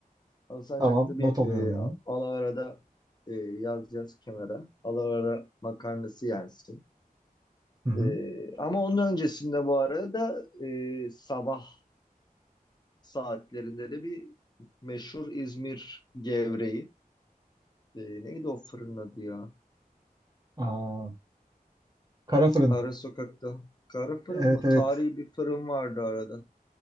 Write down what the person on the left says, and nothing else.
Alsancak'ta
bir
e,
alavarada e, yaz yaz kenara alavara makarnası yensin.
E, ama onun öncesinde bu arada e, sabah saatlerinde de bir meşhur İzmir gevreği. E, neydi o fırın adı ya?
Ara sokakta. Kara fırın
mı?
Tarihi bir fırın vardı arada.